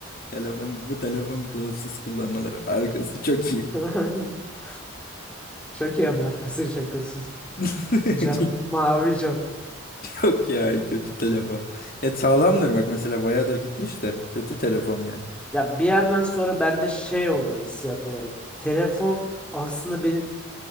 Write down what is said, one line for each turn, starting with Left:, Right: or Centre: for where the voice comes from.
Left: telefon bu telefon kılıfsız kullanılır. Arkası çok iyi.
Centre: <laughs> Çok iyi ama arkası şakasız.
Left: <laughs>
Centre: Cam, mavi cam.
Left: Yok ya kötü telefon. Ya sağlamdır bak mesela bayağıdır gitmiş de kötü telefon ya.
Centre: Ya bir yerden sonra bende şey oldu hissiyat olarak. Telefon aslında benim